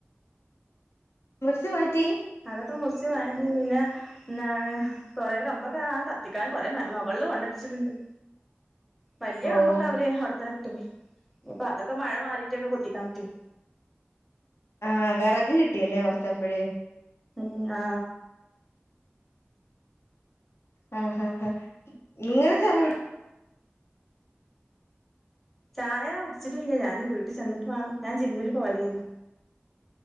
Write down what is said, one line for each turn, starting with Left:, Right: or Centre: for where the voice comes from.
Left: മറച്ചു മാറ്റി.
Centre: അതൊക്കെ മുർച്ച് <unintelligible> പിന്നെ എന്താണ് കൊറെ കമ്പൊക്കെ ആ കത്തിക്കാൻ കൊറെ മുകളിൽ കൊണ്ട്. <unintelligible> വല്ല്യ
Left: ഓഹ്
Centre: കമ്പൊക്കെ അവര് അവടെത്തന്നെ ഇട്ട് പോയി ഇഞ്പ്പൊ അതൊക്കെ മഴ മാറിട്ടൊക്കെ കൊത്തിക്കാൻ പറ്റു
Left: ആ വെറക് കിട്ടിയല്ലേ കൊറച്ചപ്പഴ്
Centre: മ്മ് ആ
Left: ആ ആആ നിങ്ങൾ ചായ കുട്
Centre: ചായ കുടിച്ചിട്ടില്ല ഞാൻ ഞ് വീട്ട് ചെന്നിട്ട് വാണം ഞാൻ ജിമ്മിൽ പോയതേനു